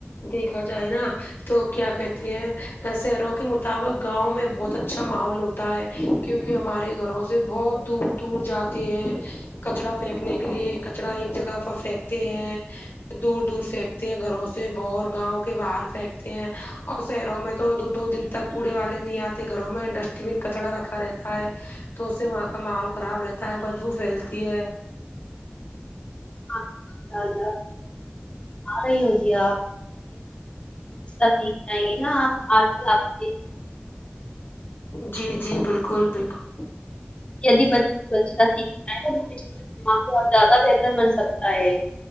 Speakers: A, on the left; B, on the left.
A: دیکھا جائے نا تو کیا کہتے ہیں شہروں کے مطابق گاؤں میں بہت اچھا ماحول ہو تا ہے کیونکہ ہمارے گھروں سے بہت دور دور جاتے ہیں کچرا پھینکنے کے لیے کچرا ایک جگہ پر پھینکتے ہیں دور دور پھینکتے ہیں گھروں سے باہر گاؤں کے باہر پھینکتے ہیں اور شہروں میں تو دو دو دن تک کوڑے والے نہیں آتے گھروں میں ڈسٹبین کچڑا رکھا رہتا ہے تو اس سے وہاں کا ماحول خراب رہتا ہے بدبو پھیلتی ہے
B: <unintelligible> آری ہیں جی آپ سھ جیں گے نا اپ آج آپ کے
A: جی جی بالکل بالکل
B: یدی بچوں کو اچھتا سیکھتا ہے تو دماغ کو اور زیادہ بہتر بن سکتا ہے